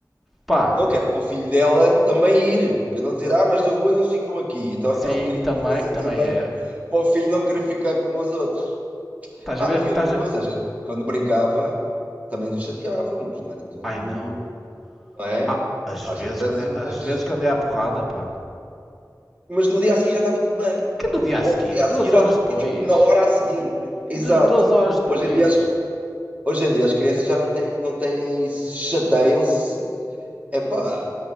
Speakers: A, in the centre; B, on the right.
A: Pá,
B: Não quero para o filho dela também ir, para não dizer, ah, mas eu vou e eles ficam aqui. Então
A: Sim,
B: <laughs> ela queria
A: também,
B: que fosse
A: também
B: também
A: era.
B: para o filho não querer ficar como os outros.
A: Estás
B: Ah,
A: a ver?
B: e
A: Estás
B: outra coisa,
A: a... ver-
B: a gente quando brincava também nos chateávamos, não era tudo,
A: Ai não.
B: não é?
A: Ah, às
B: Às
A: vezes
B: vezes,
A: que andei, às vezes que andei à porrada, pá.
B: mas no dia a seguir já estava tudo bem.
A: Que no dia a
B: Ou
A: seguir,
B: no dia
A: duas
B: a seguir,
A: horas
B: ou
A: depois.
B: tipo na hora a seguir. Exato.
A: Du- Duas horas depois.
B: Hoje em dia, as- hoje em dia as crianças já não têm, não têm isso, chateiam-se Epá,